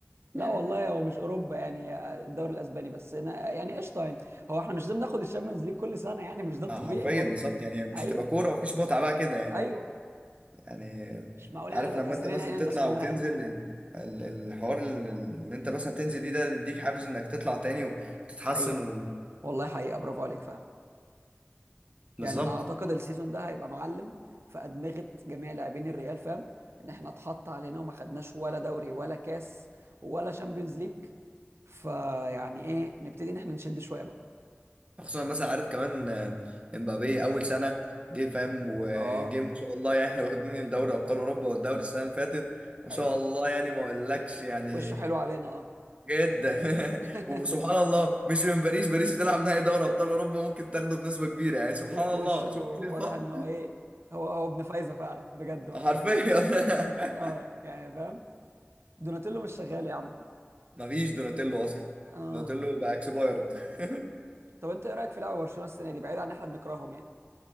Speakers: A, on the right (about 30°); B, on the right (about 80°).
A: <laughs>
B: لا والله هو مش اوروبا يعني هي الدوري الاسباني بس أنا يعني قشطه يعني هو احنا مش لازم ناخد الشامبيونز ليج كل سنه يعني مش ده الطبيعي
A: اه حرفيا
B: برضه
A: بالظبط يعني مش
B: ايوه
A: هتبقى كوره ومفيش متعه بقى كده يعني
B: ايوه
A: يعني
B: مش معقول يعني
A: عارف
B: نبقى
A: لما
B: كاسرين
A: انت مثلا
B: عين الناس
A: تطلع
B: كلها
A: وتنزل
B: يعني
A: ال- ال- الحوار ال- ان انت مثلا تنزل دي ده يديك حافز انك تطلع تاني وتتحسن
B: حقيقه
A: و...
B: والله حقيقه برافو عليك فعلا
A: بالظبط
B: يعني انا اعتقد السيزون ده هيبقى معلم في ادمغه جميع لاعبين الريال فاهم ان احنا اتحط علينا وما خدناش ولا دوري ولا كاس ولا شامبيونز ليج فيعني ايه نبتدي ان احنا نشد شويه بقى
A: خصوصا مثلا عارف كمان آه، امبابي اول سنه جه فاهم وجه
B: اه
A: ما شاء الله يعني احنا واخدين دوري ابطال اوروبا والدوري السنه اللي فاتت ما شاء
B: ايوه
A: الله يعني ما اقولكش يعني
B: وشه حلو علينا اه
A: جدا
B: <laughs>
A: <laughs> وسبحان الله مش من باريس باريس بتلعب نهائي دوري ابطال اوروبا ممكن تاخده بنسبه كبيره يعني سبحان
B: و-
A: الله
B: وشه
A: شوف الفرق
B: واضح ان هو ايه هو هو ابن فايزه فعلا بجد بقى
A: حرفيا <laughs>
B: اه يعني فاهم دوناتيلو مش شغال يا عم
A: مفيش دوناتيلو اصلا
B: اه
A: دوناتيلو بقى اكسبايرد <laughs>
B: طب انت ايه رايك في لعبه برشلونه السنه دي بعيد عن ان احنا بنكرههم يعني